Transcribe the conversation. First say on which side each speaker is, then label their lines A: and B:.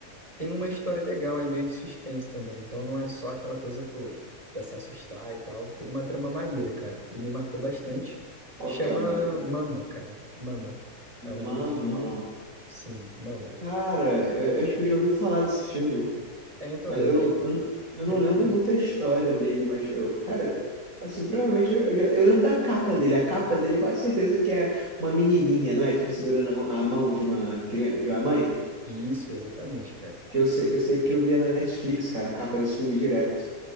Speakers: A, on the right; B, on the right.
A: tem uma história legal, é meio de suspense também, então não é só aquela coisa, pô, pra se assustar e tal, tem uma trama maneira, cara, e me marcou bastante,
B: Uhum. Qual
A: chama
B: que é o nome?
A: Mama, cara, Mama, é o nome
B: Mama.
A: do filme, sim, Mama.
B: Cara, eu, eu acho que eu já ouvi falar desse filme.
A: É, então
B: Mas
A: ele
B: Eu,
A: é bem,
B: não- eu, eu
A: bem
B: não lembro
A: famoso.
B: muito a história dele, mas eu, cara, assim, provavelmente eu, já, eu lembro da capa dele. A capa dele, quase certeza que é uma menininha, não é? Tipo, segurando a mão, a mão de uma criança, de uma mãe.
A: Isso, exatamente, cara.
B: Que eu sei, eu sei porque eu via na Netflix, cara, a capa desse filme direto.